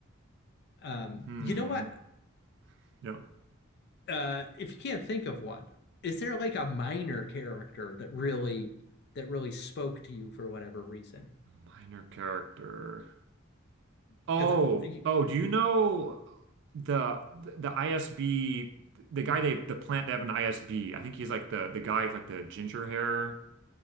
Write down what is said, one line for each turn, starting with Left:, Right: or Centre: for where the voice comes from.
Left: Um,
Right: Hmm.
Left: you know what?
Right: Yep.
Left: Uh, if you can't think of one, is there like a minor character that really that really spoke to you for whatever reason?
Right: Minor character.
Left: Because
Right: Oh,
Left: uh, you,
Right: oh. Do you know the the ISB? The guy they the plant they have an ISB. I think he's like the the guy with like the ginger hair.